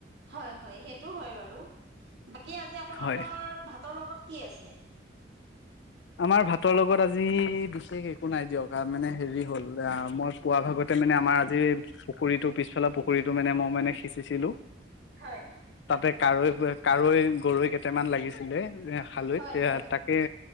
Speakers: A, on the right; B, on the left.
A: হয় হয় সেইটো হয় বাৰু, বাকী আজি আপোনালোকৰ
B: হয়
A: ভাতৰ লগত কি আছে?
B: আমাৰ ভাতৰ লগত আজি বিশেষ একো নাই দিয়ক মানে হেৰি হ'ল মই পোৱা ভাগতে মানে আমাৰ আজি পুখুৰীটো পিছফালৰ পুখুৰীটো মানে মই মানে সিঁচিছিলো।
A: হয়।
B: তাতে কাৱৈ কাৱৈ গৰৈ কেইটামান লাগিছিলে খালৈত
A: হয়
B: এ
A: হয়
B: তাকে